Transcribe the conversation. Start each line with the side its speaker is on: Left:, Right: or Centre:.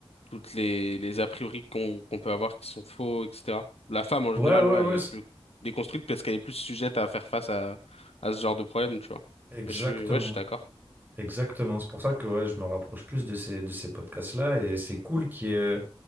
Left: toutes les, les a priori qu'on qu'on peut avoir qui sont faux, etc. La femme, en
Right: ouais,
Left: général,
Right: ouais,
Left: ouais, elle
Right: ouais,
Left: est
Right: c'est-
Left: plus déconstruite parce qu'elle est plus sujette à faire face à, à ce genre de problème, tu vois.
Right: exactement.
Left: Mais je suis, ouais, je suis d'accord.
Right: Exactement. C'est pour ça que ouais, je me rapproche plus de ces, de ces podcasts-là, et c'est cool qu'il y ait, euh,